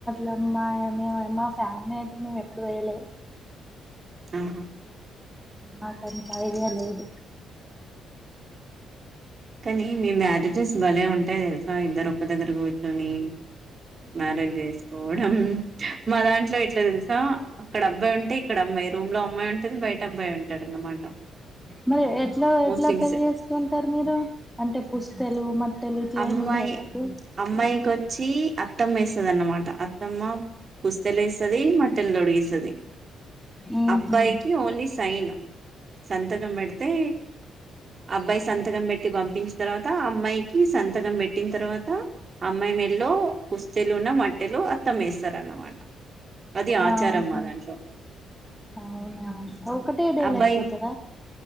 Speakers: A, in the centre; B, on the right.
A: లంబా మేము మా ఫ్యామిలీ అయితే మేము ఎప్పుడు పోయలే
B: ఆహా
A: నాకు అంత ఐడియా లేదు
B: కానీ మీ మ్యారేజెస్ భలే ఉంటాయి తెలుసా ఇద్దరు ఒక్క దగ్గర కూర్చొని మ్యారేజ్ చేసుకోవడం మా దాంట్లో ఎట్ల తెలుసా అక్కడ అబ్బాయి ఉంటే ఇక్క అమ్మాయి రూమ్ లో అమ్మాయి ఉంటది బయట అబ్బాయి ఉంటాడు అన్నమాట
A: మరి ఎట్లా
B: ముస్లిమ్స్
A: ఎట్లా పెళ్లి చేసుకుంటారు మ మీరు అంటే పుస్తెలు మట్టెలు ఇట్లా
B: అమ్మాయి
A: ఏమి ఉండద మీకు
B: అమ్మాయికి వచ్చి అత్తమ్మ వేస్తది అన్నమాట అత్తమ్మా పుస్తెలు ఎస్తది మట్టెలు తొడిగిస్తాది
A: ఆహా
B: అబ్బాయికి ఓన్లీ సైన్ సంతకం పెడితే అబ్బాయి సన్ థకం పెట్టి పంపించి తర్వాత అమ్మాయి కి సంతకం పెట్టిన తర్వాత అమ్మాయి మెల్లో పుస్తెలున్న మట్టెలు త్తం వేస్తారన్నమాట అది ఆచారం
A: ఆహా
B: మా దాంట్లో
A: అవునా ఒకటే డే
B: అబ్బాయి
A: లో అయిపోతాదా